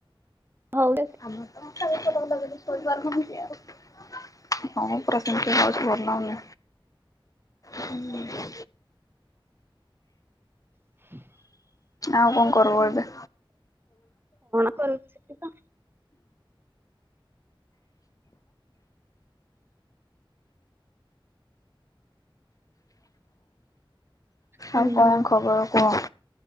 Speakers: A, on the right (about 25°); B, on the left (about 40°).
A: ହଉ
B: ଆମାର ତ ହ <unintelligible> ପୁରାସେମିତି ହଉଛି ଭଲଲାଉଁନି। ହୁଁ।
A: <unintelligible>
B: ଆଉ କଣ କରବୁ ଏବେ?
A: କରୁଛିତିତ ହୁଁ
B: ଆଉ କଣ ଖବର କୁୁହ?